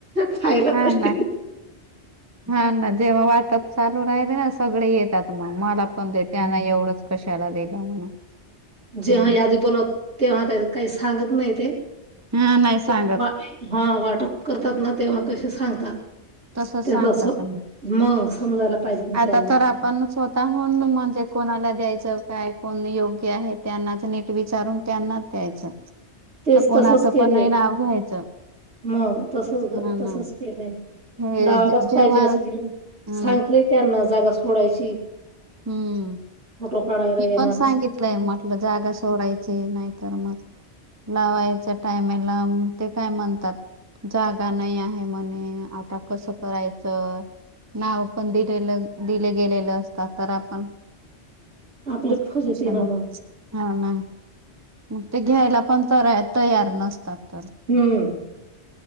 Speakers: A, on the right; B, on the right.
A: खायला
B: हा
A: कशी
B: ना हा ना जेव्हा वाटअप चालू राहिल ना सगळे येतात. मला पण ते त्यांना एवढंच कशाला दिलं म्हणून.
A: जेव्हा
B: हम्म
A: यादी पण तेव्हा काही काही सांगत नाही ते.
B: हा नाही
A: जेव्हा
B: सांगत.
A: हा वाटप करतात ना तेव्हा कसे सांगतात.
B: तसच
A: त्या
B: सांगतात
A: त अस मग समजायला पाहिजे ना
B: आता
A: त्यांना
B: तर आपण स्वतःहून म्हणजे कोणाला द्यायचं काय कोण योग्य आहे त्यांनाच नीट विचारून त्यांनाच द्यायचं
A: तेच
B: तर कोणाचं
A: तसच केलंय.
B: पण नाही नाव घ्यायचं
A: मग तसच
B: हा
A: तसच
B: ना
A: केलंय
B: हे
A: लावायलाच
B: जेव्हा
A: पाहिजे असं
B: हा
A: सांगलेय
B: ना
A: त्यांना जागा सोडायची
B: हम्म
A: फोटो काढायला
B: मी
A: येणार
B: पण सांगितलंय
A: अस
B: म्हटलं जागा सोडायची नाही तर मग लावायच्या टायमला ते काय म्हणतात जागा नाही आहे म्हणे आता कसं करायचं नाव पण दिलेलं दिले गेलेलं अस तर आपण
A: आपली
B: खूप टेन्शन
A: फजती ना मग
B: हा ना मग ते घ्यायला पण त तयार नसतात तर
A: हम्म